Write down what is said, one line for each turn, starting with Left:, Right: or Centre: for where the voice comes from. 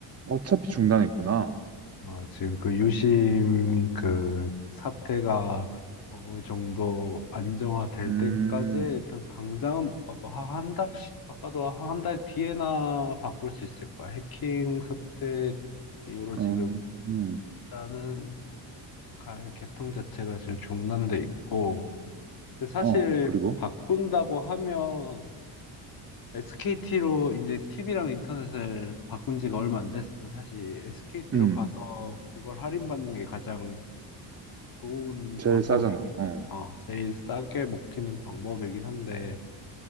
Right: 어차피 중단했구나.
Left: 어, 지금 그 유심 그 사태가 어, 어느 정도 안정화될
Right: 음,
Left: 때까지 일단 당장은 못 바꿔. 한, 한 달, 바꿔도 한 달 뒤에나 바꿀 수 있을 거야. 해킹 사태 이후로 지금
Right: 음, 음.
Left: 일단은 가- 개통 자체가 지금 중단돼 있고. 근데 사실
Right: 어, 그리고
Left: 바꾼다고 하면 SKT로 이제 TV랑 인터넷을 바꾼 지가 얼마 안 됐으면 사실 SKT로
Right: 음,
Left: 가서 그걸 할인받는 게 가장 좋은
Right: 제일
Left: 방법이긴
Right: 싸잖아. 어,
Left: 한, 어, 제일 싸게 먹히는 방법이긴 한데,